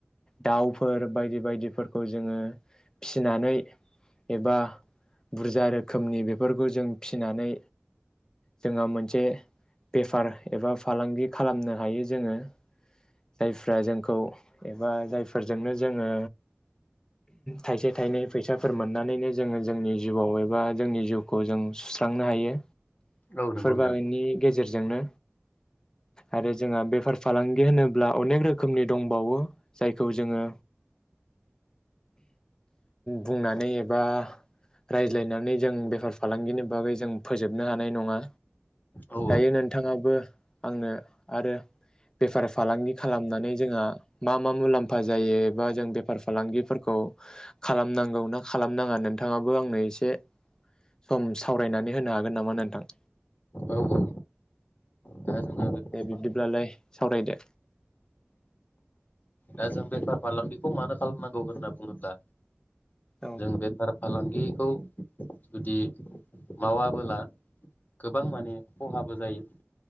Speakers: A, on the left; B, on the left.
A: दाउफोर बायदि बायदिफोरखौ जोङो फिनानै एबा बुरजा रोखोमनि बेफोरखौ जों फिसिनानै जोंहा मोन से बेफार एबा फालांगि खालामनो हायो जोङो जायफ्रा जोंखौ एबा जायफोरजोंनो जोङो थाइसे थाइनै फैसाफोर मोननानैनो जोङो जोंनि जिउआव एबा जोंनि जिउखौ जों सुस्रांनो हायो।
B: औ नंगौ।
A: नि
B: नोंथां
A: गेजेर जोंनो आरो जोंहा बेफार फालांगि होनोब्ला अनेक रोखोमनि दंबावो जायखौ जोङो बुंनानै एबा रायज्लायनानै जों बेफार फालांगिनि बागै जों फोजोबनो हानाय नङा।
B: औ
A: दायो नोंथाङाबो आंनो आरो बेफार फालांगि खालामनानै जोंहा मा मा मुलाम्फा जायो एबा जों बेफार फालांगिफोरखौ खालामनांगौ ना खालामनाङा नोंथाङाबो आंनो एसे सम सावरायनानै होनो हागोन नामा नोंथां?
B: औ औ दा जोंहा बेफार
A: दे बिब्दिब्लालाय
B: फालांगि
A: सावरायदो।
B: दा जों बेफार फालांगिखौ मानो खालामनांगौ होनना बुङोब्ला
A: औ
B: जों बेफार फालांगि खौ जुदि मावाबोला गोबां माने खहाबो जायो